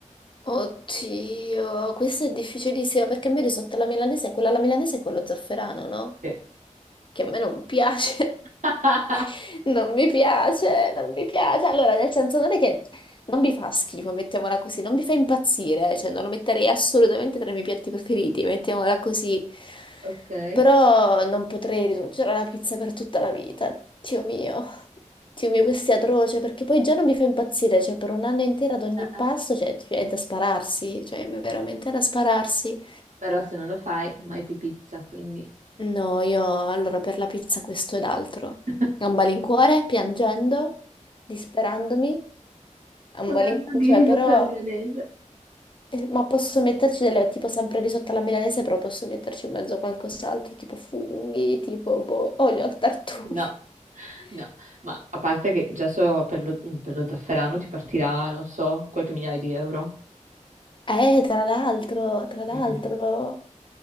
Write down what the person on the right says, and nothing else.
Sì.
<laughs>
Ok. Eh,
eh,
eh.
Però se non lo fai, mai più pizza, quindi
<laughs> un
anno di
risotto
alla milanese.
No,
no, ma a parte che già so per lo, mm, per lo zafferano ti partirà, non so, qualche migliaio di euro.
Mm-mm.